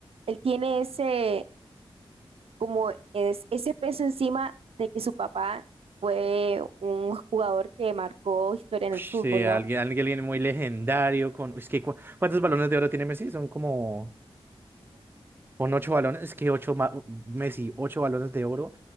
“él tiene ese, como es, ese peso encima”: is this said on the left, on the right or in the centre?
Right